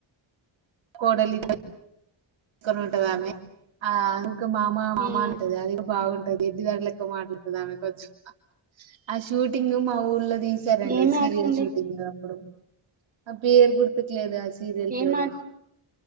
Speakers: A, on the right; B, on the right.
A: కోడలిదు కొనుంటదామే ఆ ఇంకా మామా మామా
B: ఉమ్
A: అంటది అది బావు ఎడ్డీ దానిలక్క మాట్లాడుతుది ఆమె కొంచెం ఆ షూటింగ్ మా ఊర్లో తీసారంండి
B: ఏమి
A: సీరియల్
B: ఆటకండి
A: షూటింగ్ లో అప్పుడు ఆ పేరు గుర్తుకులేదు అస్ సీరియల్
B: ఏం
A: పేరు
B: ఆట